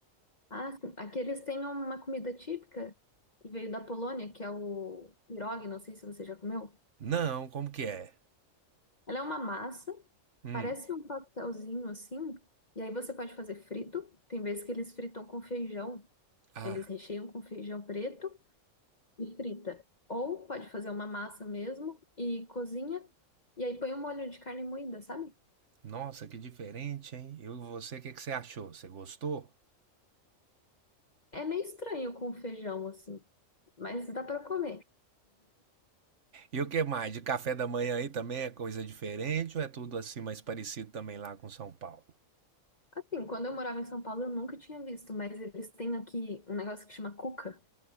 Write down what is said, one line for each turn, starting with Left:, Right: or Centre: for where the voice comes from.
Left: Ah, sim. Aqui eles têm uma comida típica que veio da Polônia, que é o pierogi, não sei se você já comeu.
Right: Não, como que é?
Left: Ela é uma massa,
Right: Hum.
Left: parece um pastelzinho assim, e aí você pode fazer frito. Tem vezes que eles fritam com feijão,
Right: Ah,
Left: eles recheiam com feijão preto e frita. Ou pode fazer uma massa mesmo e cozinha, e aí põe um molho de carne moída, sabe?
Right: nossa, que diferente, hein? Eu e você, o que que você achou? Você gostou?
Left: É meio estranho com feijão assim, mas dá pra comer.
Right: E o que mais? De café da manhã aí também é coisa diferente ou é tudo assim mais parecido também lá com São Paulo?
Left: Assim, quando eu morava em São Paulo, eu nunca tinha visto, mas eles têm aqui um negócio que chama cuca.